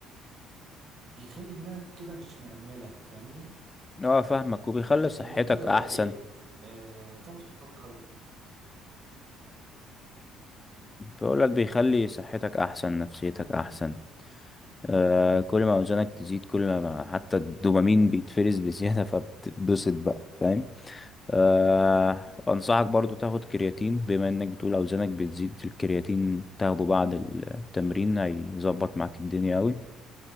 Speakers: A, on the right; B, on the left.
A: بيخلي دماغك كده مش منملة فاهمني
B: اه فاهمك وبيخلي
A: بيخليك
B: صحتك
A: كده
B: احسن
A: إيه آه، بتعرف تفكر
B: بقول لك بيخلي صحتك احسن نفسيتك احسن آه كل ما اوزانك تزيد كل ما حتى الدوبامين بيتفرز بزياده فبتتبسط بقى فاهم آه انصحك برضو تاخد كرياتين بما انك بتقول اوزانك بتزيد الكرياتين تاخده بعد التمرين هيظبط معاك الدنيا قوي